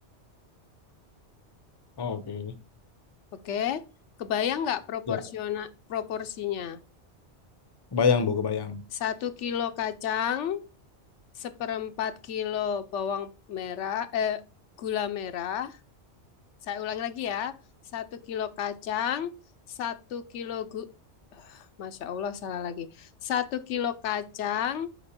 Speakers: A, on the left; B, on the left.
A: Oh, Oke.
B: Oke, kebayang nggak proporsional
A: Ya,
B: proporsinya?
A: kebayang, Bu, kebayang.
B: Satu kilo kacang, seperempat kilo bawang merah, eh, gula merah. Saya ulangi lagi ya, satu kilo kacang, satu kilo gu, Masya Allah salah lagi. Satu kilo kacang,